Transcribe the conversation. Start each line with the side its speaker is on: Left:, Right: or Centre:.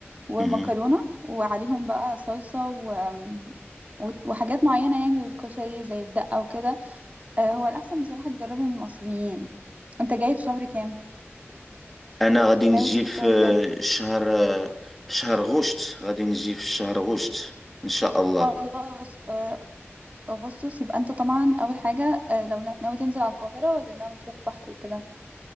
Right: ومكرونة
Centre: مهم.
Right: وعليهم بقى صلصة و... آم، وت- وحاجات معينة يعني للكشري زي الدقة وكده آه، هو الأحسن بصراحة تجربه من المصريين انت جاي في شهر كام
Centre: انا غادي نجي
Right: ناوي تيجي
Centre: في
Right: في شهر
Centre: آه،
Right: كام
Centre: شهر آه، في شهر غشت غادي نجي في شهر غشت ان شاء الله
Right: خلاص آه، أغسطس يبقى انت طبعا أول حاجة آه، لو نا- ناوي تنزل على القاهرة ولا ناوي تروح بحر وكده